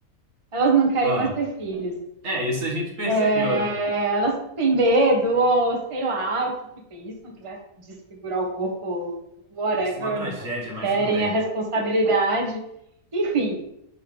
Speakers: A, on the right; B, on the right.
A: elas
B: <laughs>
A: não querem
B: ah.
A: mais ter filhos.
B: É, isso a gente percebeu,
A: É,
B: né?
A: elas têm medo, ou sei lá, o que que pensam, que vai desfigurar o corpo, whatever,
B: Isso é uma tragédia,
A: não
B: mas
A: querem
B: tudo bem.
A: a responsabilidade. Enfim.